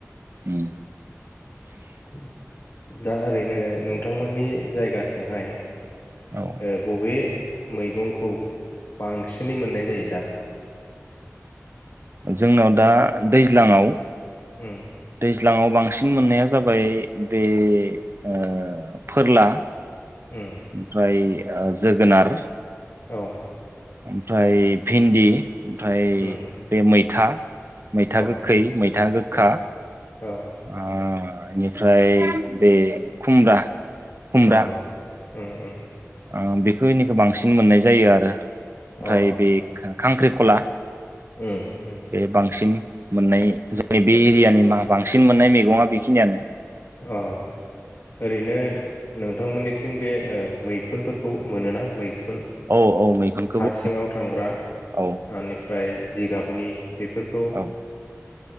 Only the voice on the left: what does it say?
<inaudible> दा ओरैनो नोंथांमोननि जायगाथिंहाय
ओ बबे मैगंखौ बांसिनै मोननाय जायो दा।
ओम।
उम
औ।
उम
औ
औ औ
औ। उम उम।
अ
उम
उम उम
अ। ओरैनो नों नोंथांमोननिथिं बे ओ मैखुनफोरखौ मोनोना मैखुन?
हा सिङाव थांग्रानिफ्राय
जिगाबनि। बेफोरखौ।